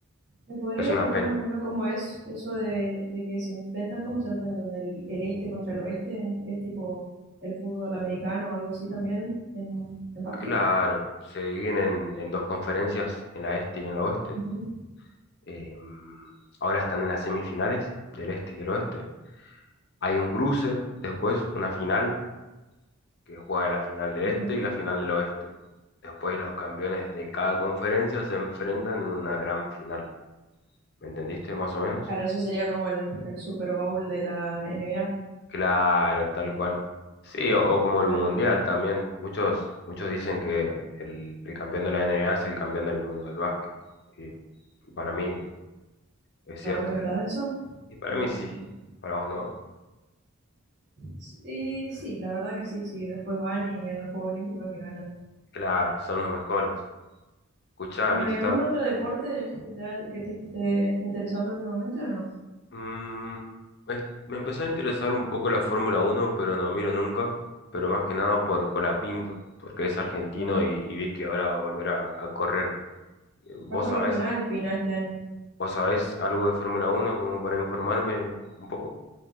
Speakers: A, on the right; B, on the left.
A: ¿Me podrías
B: Es una
A: explicar
B: pena.
A: más o menos cómo es eso de, de que se enfrentan, cómo se enfrentan el, el este contra el oeste? En, ¿Es tipo el fútbol americano o algo así también en, en básquet?
B: Claro, se dividen en, en dos conferencias, en la este y en la oeste.
A: Ujú,
B: Eh, ahora están en las semifinales del este y del oeste. Hay un cruce, después una final que juega la final del
A: ujú.
B: este y la final del oeste. Después los campeones de cada conferencia se enfrentan en una gran final. ¿Me entendiste más o menos?
A: Claro, eso sería como el, el Super Bowl de la NBA.
B: Claro, tal cual. Sí, o, o como
A: Claro,
B: el Mundial también. Muchos, muchos dicen que el, el campeón de la NBA es el campeón del mundo del básquet. Y para mí es
A: ¿Para
B: cierto.
A: vos es verdad eso?
B: Y para
A: No,
B: mí sí.
A: no.
B: Para vos no.
A: Sí, sí, la verdad que sí, sí. Después van y en los Juegos Olímpicos y ganan.
B: Claro, son los mejores. Escuchá,
A: Bueno,
B: viste,
A: ¿y
B: está.
A: algún otro deporte que te, ha- que te esté interesando últimamente o no?
B: mm, es- me empezó a interesar un poco la Fórmula Uno pero no miro nunca. Pero más que nada por Colapinto, porque es argentino
A: Ah,
B: y, y vi que ahora va a volver a, a correr. Eh, ¿Vos
A: va a correr
B: sabés?
A: con Alpina este año.
B: ¿Vos sabés algo de Fórmula Uno como para informarme un poco?